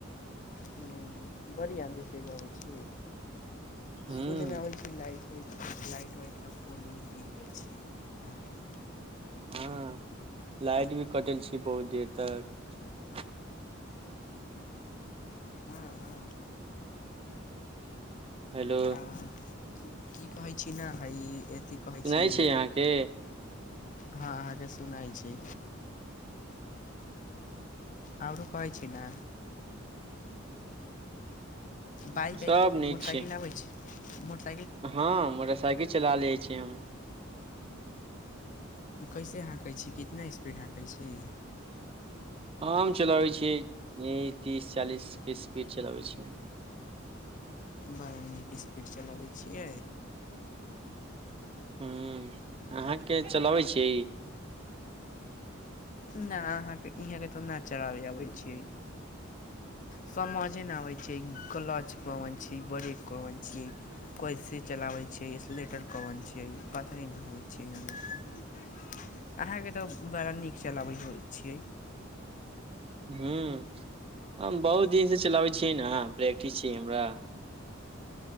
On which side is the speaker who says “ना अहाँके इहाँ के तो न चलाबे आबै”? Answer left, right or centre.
Left